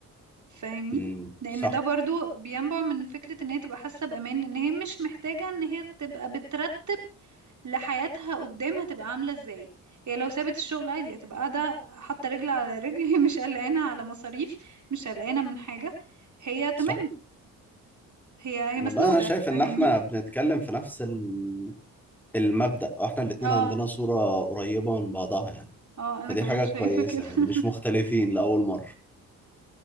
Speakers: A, on the right; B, in the centre.
A: فاهمني
B: مم.
A: لان
B: صح
A: ده برضو بينبع من فكرة ان هي تبقى حاسة بأمان ان هي مش محتاجة ان هي تبقى بترتب لحياتها قدام هتبقى عاملة ازاي هي لو سابت الشغل عادي هتبقى قاعدة حاطة رجل على رجل <laughs> هي مش قلقانة على مصاريف مش قلقانة من حاجة هي تمام
B: صح
A: هي هي
B: والله
A: مسنودة
B: انا شايف
A: فاهمني
B: ان احنا بنتكلم في نفس ال- المبدأ واحنا الاتنين
A: اه
B: عندنا صورة قريبة من بعضها يعني
A: اه انا
B: فدي
A: كمان
B: حاجة
A: شايفة
B: كويسة
A: كده
B: يعني
A: <laughs>
B: مش مختلفين لأول مرة